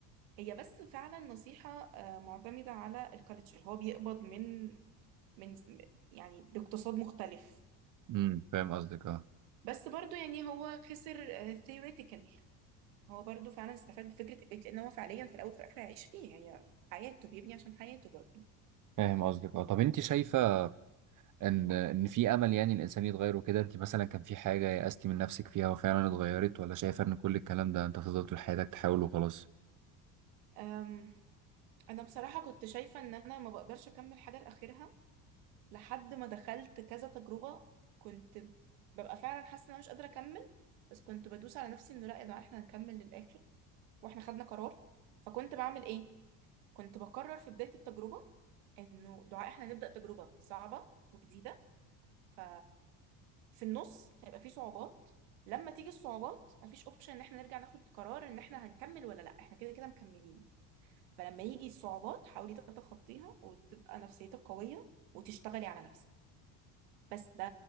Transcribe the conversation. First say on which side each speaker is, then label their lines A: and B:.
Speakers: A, on the right (about 80°); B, on the right (about 45°).
A: هي بس فعلا نصيحة آه، معتمدة على الكالتشر هو بيقبض من من يعني باقتصاد مختلف
B: امم فاهم قصدك اه
A: بس برضو يعني هو خسر ثيوريتيكال هو برضو فعلا استفاد بفكرة البيت لأن هو فعليا في الأول وفي الآخر هيعيش فيه هي حياته بيبني عشان حياته برضو
B: فاهم قصدك اه طب انت شايفه ان ان في امل يعني الانسان يتغير وكده انت مثلا كان في حاجه يأستي من نفسك فيها وفعلا اتغيرت ولا شايفه ان كل الكلام ده انت هتفضل طول حياتك تحاول وخلاص
A: أم، أنا بصراحة كنت شايفة إن أنا ما بقدرش أكمل حاجة لآخرها لحد ما دخلت كذا تجربة كنت ببقى فعلا حاسة ان انا مش قادرة اكمل بس كنت بدوس على نفسي انه لا يا جماعة احنا هنكمل للآخر واحنا خدنا قرار فكنت بعمل ايه كنت بقرر في بداية التجربة انه دعاء احنا هنبدأ تجربة صعبة وجديدة ف في النص هيبقى في صعوبات لما تيجي الصعوبات مفيش اوبشن ان احنا نرجع ناخد قرار ان احنا هنكمل ولا لا احنا كده كده مكملين فلما يجي الصعوبات حاولي تتخطيها وتبقى نفسيتك قوية وتشتغلي على نفسك بس ده